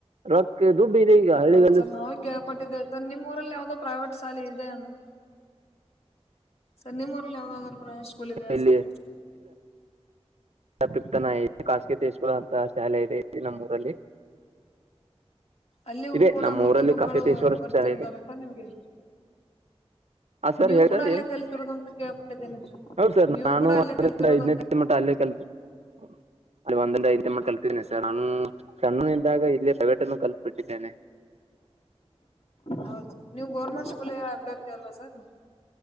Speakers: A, on the right (about 80°); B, on the left (about 70°).
A: ರೊಕ್ಕ ದುಡ್ಡು ಇದೆ ಈಗ ಹಳ್ಳಿಗಲ್ಲಿ
B: ಹೌದ ಸರ್ ನಾವೇ ಕೇಳಪಟ್ಟಿದ್ದೇವೆ ಸರ್ ನಿಮ್ ಊರಲ್ಲಿ ಯಾವ್ದೋ ಪ್ರೈವೇಟ್ ಶಾಲೆ ಇದೆ ಅಂತ ಸರ್ ನೀಮ ಊರಲಿ ಯಾವುದರೂ ಪ್ರೈವೇಟ್ ಸ್ಕೂಲ್ ಇದೆಯಾ
A: ಇಲ್ಲಿ
B: ಸರ್
A: <unintelligible> ಖಾಸಗಿತೇಶ್ವರ ಅಂತ ಶಾಲೆ ಇದೆ ನಮ್ಮೂಊರಲ್ಲಿ
B: ಅಲ್ಲಿಯೂ
A: ಇದೆ
B: ಕೂಡ
A: ನಮ್ಮ
B: ಮುಖ್ಯ
A: ಊರಲ್ಲಿ
B: ಗುರುಗಳು
A: ಕಫತೇಶ್ವರ
B: ಪರಿಚಯ
A: ಶಾಲೆ ಇದೆ
B: ಇದ್ದಾರೆ ಸರ್ ನಿಮ್ಗೆ
A: ಹಾ ಸರ್
B: ನೀವು
A: <unintelligible>
B: ಕೂಡ <unintelligible>
A: ಹೌದದು ಸರ್
B: ನೀವು
A: ನಾನು
B: ಕೂಡ ಅಲ್ಲೇ
A: ಒಂದರಿ
B: ಕಲ್ತಿರೋದಂತ
A: <unintelligible>
B: ಕೇಳ್ಪಟ್ಟಿದ್ದೇನೆ
A: ಸರ್ ನಾನು ಸಣ್ಣನಿಂದಾಗ ಇಲ್ಲೇ ಕರಾಟೆನೂ ಕಲ್ತ್ ಬಿಟ್ಟಿದ್ದೇನೆ
B: ಹೌದು ನೀವು ಗೌರ್ಮೆಂಟ್ ಸ್ಕೂಲ್ ಅಭ್ಯರ್ಥಿ ಅಲ್ಲಾ ಸರ್